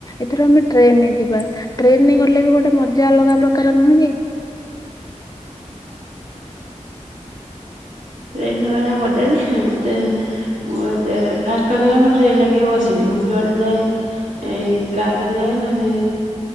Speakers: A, on the left; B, on the right.
A: ଏଥିର ଆମେ ଟ୍ରେନରେ ଯିବା ଟ୍ରେନ ଗଲେ ବି ଗୋଟେ ମଜା ଅଲଗା ପ୍ରକାର ନୁହେଁ କି?
B: ଟ୍ରେନ ରେ ଗନେ ମଜାଯେ ଟ୍ରେନ। ମୁଁ ଦେ ଫାଷ୍ଟ କଥା ହେଲା ମୁଁ ଟ୍ରେନରେ କେବେ ବସିନି ମୁଁ ଯୁଆଡେ ଯାଏ। ଏଇ କାର ରେ ଯାଏ ନନେ।